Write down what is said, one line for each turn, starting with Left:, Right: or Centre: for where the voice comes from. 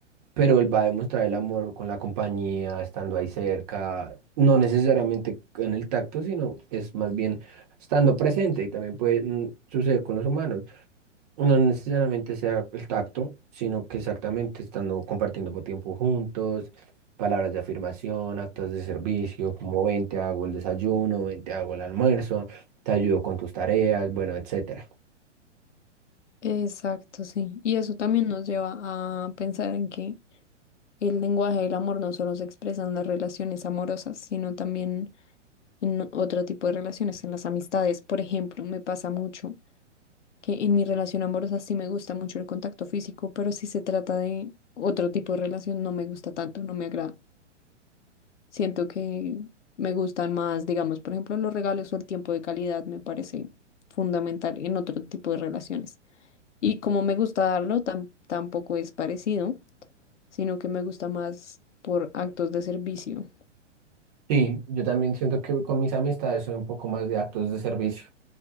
Right: pero él va a demostrar el amor con la compañía, estando ahí cerca, no necesariamente en el tacto, sino es más bien estando presente y también puede mm, suceder con los humanos. No necesariamente sea el tacto, sino que exactamente estando compartiendo por tiempo juntos, palabras de afirmación, actos de servicio, como ven, te hago el desayuno, ven, te hago el almuerzo, te ayudo con tus tareas, bueno, etcétera.
Left: Exacto, sí. Y eso también nos lleva a pensar en que El lenguaje del amor no solo se expresa en las relaciones amorosas, sino también en otro tipo de relaciones, en las amistades. Por ejemplo, me pasa mucho que en mi relación amorosa sí me gusta mucho el contacto físico, pero si se trata de otro tipo de relación no me gusta tanto, no me agrada. Siento que me gustan más, digamos, por ejemplo, los regalos o el tiempo de calidad me parece fundamental en otro tipo de relaciones. Y como me gusta darlo, tam- tampoco es parecido, sino que me gusta más por actos de servicio.
Right: Sí, yo también siento que con mis amistades soy un poco más de actos de servicio,